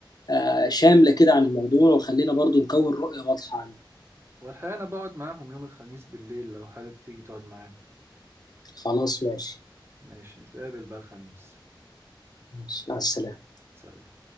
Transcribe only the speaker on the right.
والحقيقة أنا بقعد معاهم يوم الخميس بالليل لو حابب تيجي تقعد معانا
ماشي نتقابل بقى الخميس
سلام